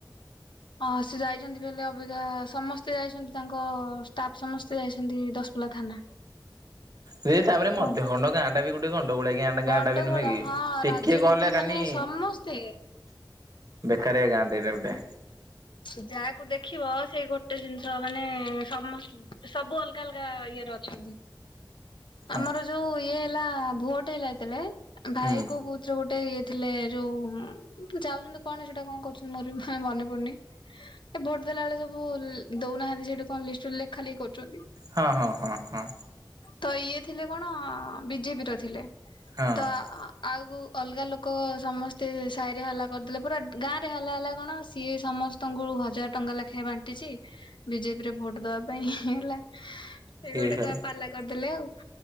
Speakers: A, on the left; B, on the right.
A: ଅ ସେ ଯାଇଛନ୍ତି ବେଲେ ଅବିକା ସମସ୍ ସ୍ତେ ଯାଇଛନ୍ତି ତାଙ୍କ ଷ୍ଟାଫ୍ ସମସ୍ତେ ଯାଇଛନ୍ତି ଦଶମୁ୍ଲା ଥାନା।
B: ଦିଦି ତାପରେ ମଧ୍ୟ
A: କଣ କଣ
B: ଖଣ୍ଡ ଗାଁ ଟା ବି ଗୋଟେ ଗଣ୍ଡ ଗୋଳକ ଗାଁ
A: ଗଣ୍ଡଗୋଳ
B: ଟା ବି ନୁହେଁ କି
A: ହଁ
B: ଟିକିଏ
A: ରାଜନୀତି
B: କହଣ ହେକାନି
A: ମାନେ ସମସ୍ତେ
B: ବେକାରିଆ ଗାଁ ଟା ଏବେ ଗୁଁଟେ
A: ସ ଯାହାକୁ ଦେଖିବ ସେଇ ଗୋଟେ ଜିନିଷ ମାନେ ସମ ସବୁ ଅଲଗା ଅଲଗା ଇଏରେ ଅଛନ୍ତି।
B: ହଁ
A: ଆମର ଯଉ ଇଏ ହେଲା ଭୋଟ ହେଲା ଯେତେବେଳେ ଭାଇକୁ
B: ହୁଁ
A: କଉଥିରେ ଗୋଟେ ଏ ଥିଲେ ଯଉ ଯାଉଚନ୍ତି କଣ ସେଟା କଣ କରୁଚନ୍ତି ମୋର ବି ମାନେ ମନେ ପଡୁନି। ଭୋଟ ଦେଲା ବେଳେ ସବୁ ଦଉନାହାନ୍ତି ସେଠି କଣ ଲିଷ୍ଟରେ ଲେଖା ଲେଖି କରୁଚନ୍ତି।
B: ହଁ ହଁ ହଁ ହଁ।
A: ତ ଇଏ ଥିଲେ କଣ ବିଜେପିର ଥିଲେ।
B: ହଁ
A: ତ ଆ ଆଉ ଅଲଗା ଲୋକ ସମସ୍ତେ ସାହିରେ ହାଲା କରିଦେଲେ ପୁରା ଗାଁ ରେ ହାଲା ହେଲା କଣ ସିଏ ସମସ୍ତ ଙ୍କୁୁ ହଜାର ଟଙ୍କା ଲେଖାଏଁ ବାଣ୍ଟିଚି, ବିଜେପି ରେ ଭୋଟ୍ ଦେବା ପାଇଁ ହେଲା। ସେ ଗୋଟେ
B: ଏ ହଁ
A: ପାଲା କରିଦେଲେ ଆଉ।